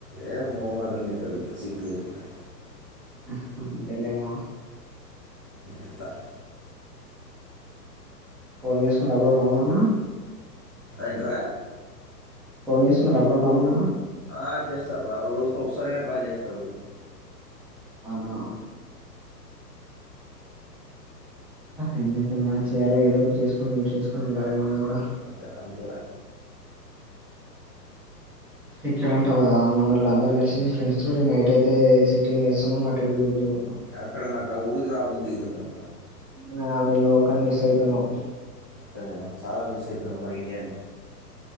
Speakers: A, on the left (about 15°); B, in the centre.
A: ఏమి మొహమాటం నితో సిగ్గులేకుండా
B: హమ్ము అంతేలే మామ
A: ఎట్లా
B: ఫోన్ చేస్తుండు అపుడు అపుడు రమన్నానా
A: ఎంట్ర
B: ఫోన్ చేస్తున్నారు అప్పుడప్పుడు అమ్మ నాన్న
A: ఆ చేస్తా ర రోజు ఒకసారైనా కాల్ చేస్తారు
B: అవునా ఏం చేద్దాం చేయాల ఏదో ఒకటి చేసుకని చేసుకొని ఉండాలి మనం కూడా
A: అంత ర అంతే రా
B: ఇక్కడంటవా మనోళ్లు అందరు కలిసి ఫ్రెండ్స్ తో టి నైట్ అయితే సి సిటింగ్ ఎస్తున్నాం అటు ఇటు తిరుగుతున్నామ్
A: అక్కడ నాకు ఉరికి ర బుద్ధి అయితంది రా
B: న్యాను నిన్ను ఒకని మిస్ అయితునా అప్ప
A: కానీ నాకు చాలా మిస్ అయితున మన ఇండియాని